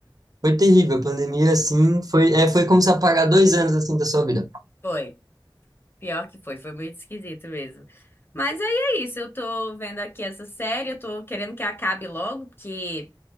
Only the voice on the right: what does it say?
Foi terrível. A pandemia, assim, foi, é, foi como se apagar dois anos assim da sua vida.